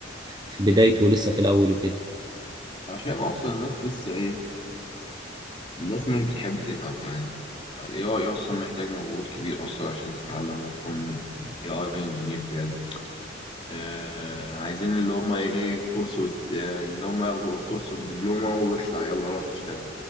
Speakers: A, on the right; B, on the left.
A: في بدايته لسه في الأول وكده
B: عشان اصلا الناس لسه ايه الناس مش بتحب تتعب يعني ال AI أصلا محتاج مجهود كبير أصلا عشان تتعلم وتكون AI engineer بجد آه عايزين اللي هم إيه كورس وت... آه، اللي هم ياخدوا كورس بدبلومة واخلع يلا روح اشتغل